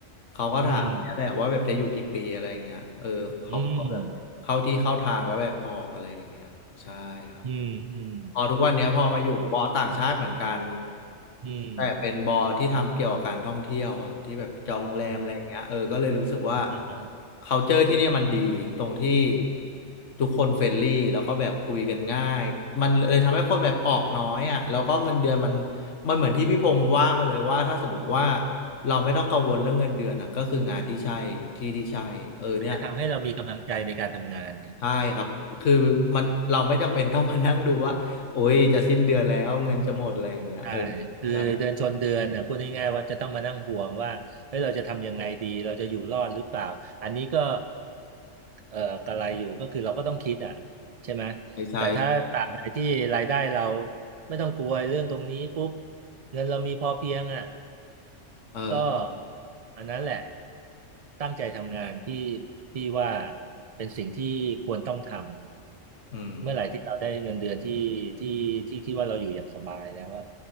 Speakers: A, on the left; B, on the right.
A: เขาก็ถามเนี่ยแหละว่าแบบจะอยู่กี่ปีอะไรอย่างเงี้ยเออเขาก็แบบเข้าที่เข้าทางแล้วแบบออกอะไรอย่างเงี้ยใช่ครับ
B: อืมอืมอืมอืม
A: พอทุกวันเนี้ยพอมาอยู่บอต่างชาติเหมือนกัน
B: อืม
A: แต่เป็นบอที่ทำเกี่ยวกับการท่องเที่ยวอ่ะที่แบบจองโรงแรมอะไรอย่างเงี้ยเออก็เลยรู้สึกว่า
B: อืมอ่าฮะอ่าฮะ
A: culture ที่เนี่ยมันดีตรงที่ทุกคนเฟรนลี่แล้วก็แบบคุยกันง่ายมันเลยทำให้คนแบบออกน้อยอ่ะแล้วก็เงินเดือนมันมันเหมือนที่พี่พงษ์ว่ามาเลยว่าถ้าสมมติว่าเราไม่ต้องกังวลเรื่องเงินเดือนอ่ะก็คืองานที่ใช่ที่ที่ใช่เออเนี่ย
B: จะทำให้เรามีกำลังใจในการทำงานเนี่ย
A: ใช่ครับ คือมันเราไม่จำเป็น <laughs> ต้องมานั่งดูว่าโอ้ยจะสิ้นเดือนแล้วเงินจะหมดอะไรอย่างเงี้ยเออ
B: ใช่คือเดือนชนเดือนเนี่ยพูดง่ายๆว่าจะต้องมานั่งห่วงว่าเฮ้ยเราจะทำยังไงดีเราจะอยู่รอดหรือเปล่าอันนี้ก็
A: ใช่
B: เอ่อกระไรอยู่ก็คือเราก็ต้องคิดอ่ะใช่ไหม
A: ใช่ใช่
B: แต่ถ้าตราบใดที่รายได้เราไม่ต้องกลัวเรื่องตรงนี้ปุ๊บเงินเรามีพอเพียงอ่ะ
A: เออ
B: ก็อันนั้นแหละตั้งใจทำงานที่ที่ว่าเป็นสิ่งที่ควรต้องทำเมื่อไหร่ที่เราได้เงินเดือนที่ที่ที่คิดว่าเราอยู่อย่างสบายแล้วอะ
A: อืม